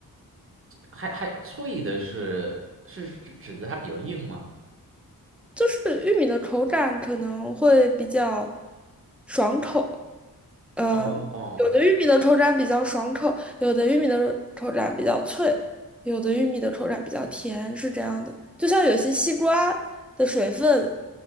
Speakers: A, on the right; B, in the centre.
A: 还还脆的是是指指的它比较硬吗？
B: 就是玉米的口感可能会比较爽口，呃，
A: 哦
B: 有的玉米的口感比较爽口，有的玉米的口感比较脆，有的玉米的口感比较甜，是这样的。就像有些西瓜的水分